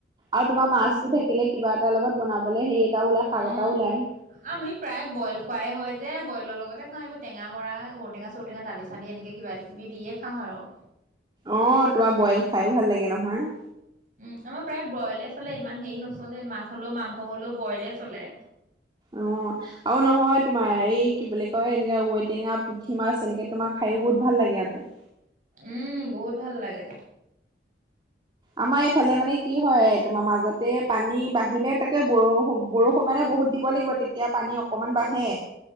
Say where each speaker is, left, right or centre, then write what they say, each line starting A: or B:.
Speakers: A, on the right (about 25°); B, on the right (about 45°).
A: আৰু তোমাৰ মাছ
B: অ
A: থাকে কিবা এটা লগত বনাব মানলে সেই এটাও ওলাই শাক
B: অ
A: এটাও ওলায়
B: আমি প্ৰায় বইল খোৱাই হয় যে বইলৰ লগতে খাওঁ এইবোৰ টেঙা মৰা ঔটেঙা চঔটেঙা দালি চালি এনেকৈ কিবা কিবি দিয়ে খাওঁ হয় যওঁ
A: অ তোমাৰ বইল খাইয়ো ভাল লাগে নহয়
B: উম আমাৰ প্ৰায় ব্ৰইলে চলে ইমান হেৰি নচলে মাছ হলেও মাংস হলেও ব্ৰইলে চলে
A: অ আৰু নহয় তোমাৰ এই কি বুলি কয় এনেকে ঔটেঙা পুঠি মাছ এনেকে তোমাৰ খায়ও বহুত ভাল লাগে আকৌ
B: উম বহুত ভাল লাগে
A: আমাৰ এইফালে মানে কি হয় তোমাৰ মাজতে পানী বাঢ়িলে তাকে ব বৰষুণ মানে বহুত দিব লাগিব তেতিয়া পানী অকনমান বাঢ়ে